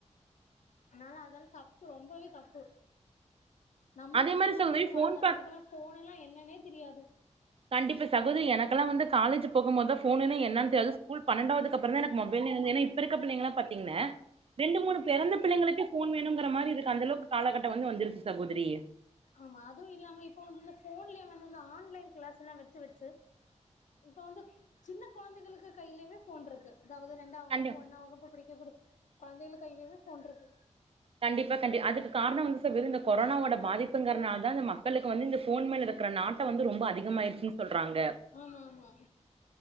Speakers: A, on the left; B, on the right.
A: அதனால அதால தப்பு ரொம்பவே தப்பு நம்மெல்லா
B: அதே மாரி
A: சின்ன
B: சகோதரி
A: வயசுல
B: போன்
A: வளந்தோ நம்மளுக்கெல்லா
B: பா
A: ஃபோனெல்லா என்னன்னே தெரியாது
B: கண்டிப்பா சகோதரி எனக்கெல்லா வந்து காலேஜு போகும் போதா ஃபோனுனா என்னன் தெரியு அது ஸ்கூல் பன்னெண்டாவ்துக்கு அப்றந்தா எனக்கு மொபைல்னா என்ன ஏனா இப்ப இருக்க பிள்ளைங்களா பாத்தீங்ன ரெண்டு மூணு பெறந்த பிள்ளைங்களுக்கே ஃபோன் வேணுங்கிற மாரி இருக்கு அந்த அளவுக்கு காலகட்ட வந்து வந்துருச்சு சகோதரி
A: ஆமா அதுவு இல்லாம இப்ப வந்து இந்த ஃபோன்லே வந்து இந்த ஆன்லைன் க்ளாஸுலா வெச்சு வெச்சு இப்ப வந்து சின்ன கொழந்தைகளுக்கு கைலங்க ஃபோன் இருக்கு அதாவ்து ரெண்டா வகுப்பு
B: கண்டி
A: ஒன்னா வகுப்பு படிக்க கூடிய கொழந்தைகள் கைலயுமே ஃபோன் இருக்கு
B: கண்டிப்பா கண்டி அதுக்கு காரணோ வந்து ஸ் இந்த கொரோனாவோட பாதிப்புங்கறதுனால இந்த மக் மக்களுக்கு வந்து இந்த ஃபோன் மேல இருக்கற நாட்டோ வந்து ரொம்ப அதிகமாயிருச்சன்னு சொல்றாங்க
A: அ ஆமா